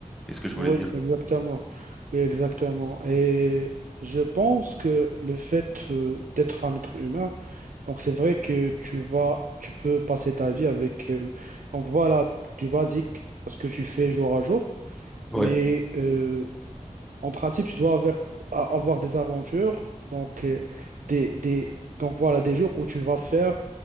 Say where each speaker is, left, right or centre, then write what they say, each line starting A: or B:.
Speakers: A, in the centre; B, on the right.
A: C'est ce que je
B: Oui,
A: voulais dire.
B: exactement. Oui, exactement. Et je pense que le fait euh, d'être un être humain, donc c'est vrai que tu vas, tu peux passer ta vie avec, euh, donc voilà, du basique, ce que tu fais jour à jour.
A: Ouais,
B: Mais euh, en principe, tu dois avoir, a- avoir des aventures, donc euh, des, des, donc voilà, des jours où tu vas faire